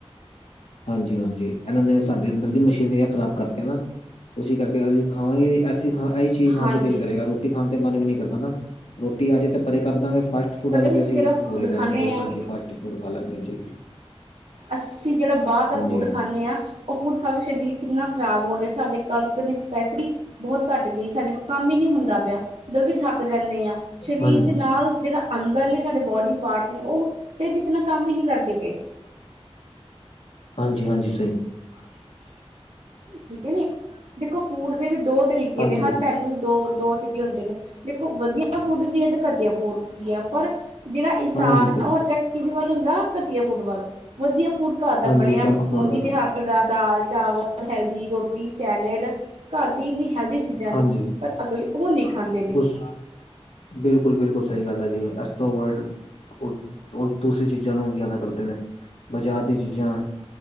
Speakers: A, on the left; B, on the right.
A: ਹਾਂਜੀ-ਹਾਂਜੀ, ਇਹਨਾਂ ਨੇ ਸਾਡੇ ਅੰਦਰ ਦੀ ਮਸ਼ <unintelligible> ਖ਼ਰਾਬ ਕਰਤੀ ਨਾ ਉਸੀ ਕਰਕੇ ਅਸੀਂ ਖਾਵਾਂਗੇ ਵੀ ਐਸੀ ਖਾ ਇਹੀ ਚੀਜ਼ ਖਾਣ
B: ਹਾਂਜੀ
A: ਤੇ ਦਿਲ ਕਰੇਗਾ ਰੋ ਟੀ ਖਾਣ ਤੇ ਮਨ ਵੀ ਨੀ ਕਰਦਾ ਨਾ। ਰੋਟੀ ਆਜੇ ਤੇ ਪਰੇ ਕਰ ਦਾਂਗੇ ਫਾਸਟ ਫੂਡ
B: ਪਤਾ
A: ਆਜੇ
B: ਨੀ
A: ਤੇ ਅਸੀਂ
B: ਜਿਹੜਾ
A: ਬੋਲੀ
B: ਫੂਡ
A: ਪਾ
B: ਖਾਂਦੇ
A: ਦਾਂਗੇ ਬੀ
B: ਹਾਂ
A: ਹਾਂਜੀ ਫਾਸਟ ਫੂਡ ਖਾ ਲਾ ਗੇ ਜੀ।
B: ਅਸੀਂ ਜਿਹੜਾ ਬਾਰ ਦਾ
A: ਹਾਂਜੀ
B: ਫੂਡ ਖਾਨੇ ਆ ਉਹ ਫੂਡ ਖਾ ਕੇ ਸ਼ਰੀਰ ਕਿੰਨਾ ਖ਼ਰਾਬ ਹੋਣ ਡਿਆ, ਸਾਡੇ <unintelligible> ਕਪੈਸਿਟੀ ਬੋਹਤ ਘੱਟ ਗਈ, ਸਾਡੇ ਕੋਲ ਕੰਮ ਹੀ ਨੀ ਹੁੰਦਾ ਪਿਆ ਜਲਦੀ ਥੱਕ ਜਾਨੇ ਆ ਸ਼ਰੀਰ
A: ਹਾਂਜੀ
B: ਦੇ ਨਾਲ ਜਿਹੜਾ ਅੰਦਰਲੇ ਸਾਡੇ ਬੋਡੀ ਪਾਰਟਸ ਨੇ ਉਹ ਸਹੀ ਤਰੀਕੇ ਨਾਲ ਕੰਮ ਹੀ ਨੀ ਕਰਦੇ ਪਏ।
A: ਹਾਂਜੀ-ਹਾਂਜੀ
B: ਹਾਂਜੀ-ਹਾਂਜੀ <unintelligible> ਠੀਕ ਹੈ ਨੀ ਦੇਖੋ ਫੂਡ ਦੇ ਵੀ ਦੋ ਤਰੀਕੇ
A: ਹਾਂਜੀ
B: ਨੇ ਹਰ ਪਹਿਲੂ ਦੋ-ਦੋ ਸਿੱ ਹੁੰਦੇ ਨੇ ਦੇਖੋ ਵਧੀਆ ਫੂਡ ਵੀ ਹੈ ਤੇ ਘਟਿਆ ਫੂਡ ਵੀ ਹੈ ਪਰ ਜਿਹੜਾ ਇਨਸਾਨ
A: ਹਾਂਜੀ
B: ਉਹ ਕਿਹਦੇ ਵੱਲ ਹੁੰਦਾ ਘਟੀਆ ਫੂਡ ਵੱਲ ਵਧੀਆ ਫੂਡ ਘਰ ਦਾ
A: ਹਾਂਜੀ
B: ਬਣਿਆ
A: ਜੰਕ
B: ਮੰਮੀ
A: ਫੂਡ ਵਾਲਾ
B: ਦੇ ਹੱਥ ਦਾਲ, ਚਾਵਲ ਹੈਲਦੀ ਰੋਟੀ ਸੈਲਡ ਘਰ ਦੀ ਇੰਨੀ ਹੈਲਦੀ ਚੀਜ਼ਾਂ ਨੇ
A: ਹਾਂਜੀ
B: ਪਰ ਅਗਲੀ ਉਹ ਨੀ ਖਾਂਦੇ ਨੇ।
A: <inaudible> ਬਿਲਕੁਲ ਬਿਲਕੁਲ ਸਹੀ ਗੱਲ ਆ ਜੀ ਅਸ ਵਰ ਉਹ ਉਹ ਦੂਸਰੀ ਚੀਜ਼ਾਂ ਨੂੰ ਜ਼ਿਆਦਾ ਕਰਦੇ ਨੇ ਬਾਜ਼ਾਰ ਦੀਆਂ ਚੀਜ਼ਾਂ